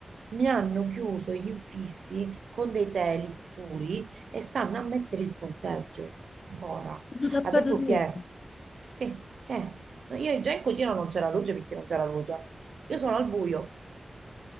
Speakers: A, on the right; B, on the left.
A: Mi hanno chiuso gli infissi con dei teli scuri e stanno a mettere il ponteggio. Ora,
B: Tutto tappato
A: avevo
B: di...
A: chiesto. Sì, sì. No, Io già in cucina non c'era luce perché non c'era luce. Io sono al buio.